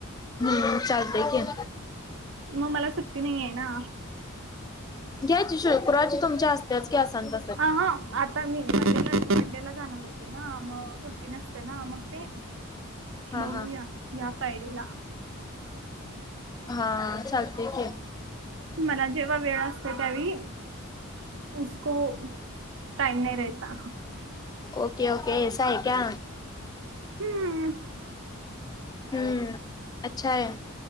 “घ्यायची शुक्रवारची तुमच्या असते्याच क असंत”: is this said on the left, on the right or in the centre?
Left